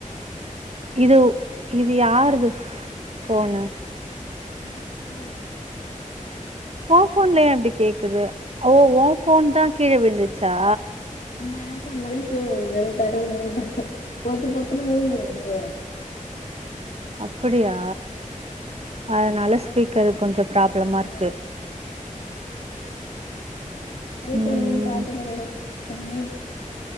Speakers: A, on the right; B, on the left.
A: இதுவ் இது யாருது ஃப் ஃப் ஃபோனு?
B: ஏ ஃபோன் தா.
A: ஓ ஃபோன்ல ஏ இப்டி கேக்குது? ஓ ஓ ஃபோன் தா கீழ விழுந்துச்சா?
B: ஆமா ஏ ஃபோன்தாடி கீழ உழுந்து ரெண் தடவ மூணு தட பொத்து பொத்துனு உழுந்துருதுடி.
A: அப்பிடியா அதனால ஸ்பீக்கரு கொஞ்சோ ப்ராப்ளமா
B: ஓகே
A: இருக்கு
B: <inaudible> <inaudible> ஃபோனயே
A: ம் ம்
B: பாக்கறிங்களோ சாமி.